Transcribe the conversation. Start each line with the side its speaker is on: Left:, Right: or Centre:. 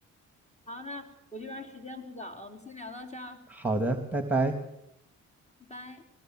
Left: 好，那我这边时间不早了，我们先聊到这儿，
Centre: 好的，拜拜。
Left: 拜拜。